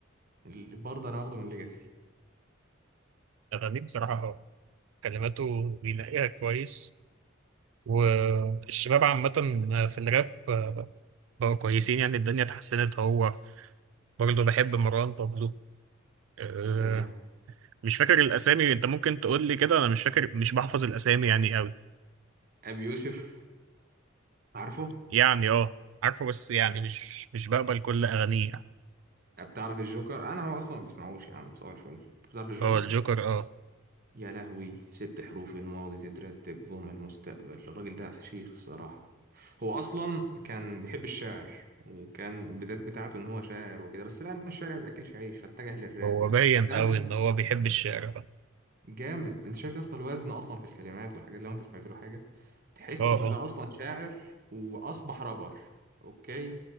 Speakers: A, on the right (about 45°); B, on the right (about 80°).
A: اللي برضه انا واخده من ليجاسي
B: اغانيه بصراحه
A: آه.
B: اه كلماته بينقيها كويس والشباب عامة في الراب بقوا كويسين يعني الدنيا اتحسنت هو برضه بحب مروان بابلو أه،
A: تمام
B: مش فاكر الأسامي أنت ممكن تقول لي كده أنا مش فاكر مش بحفظ الأسامي يعني أوي
A: ابي يوسف عارفه
B: يعني أه عارفه بس يعني مش مش بقبل كل أغانيه يعني
A: بتعرف الجوكر انا ما اصلا ما بسمعوش يا عم صباح الفل انت بتعرف الجوكر
B: هو الجوكر أه
A: يا لهوي ست حروف الماضي تترتب جمل المستقبل الراجل ده فشيخ الصراحه هو اصلا كان بيحب الشعر وكان البدايات بتاعته ان هو شاعر وكده بس لان الشعر ما بياكلش عيش فاتجه للراب
B: هو
A: يعني
B: باين
A: استخدم
B: أوي إن هو بيحب الشعر أه
A: جامد انت شايف يا اسطى الوزن اصلا في الكلمات والحاجات لو انت سمعت له حاجه تحس
B: أه
A: ان
B: أه.
A: ده اصلا شاعر واصبح رابر اوكي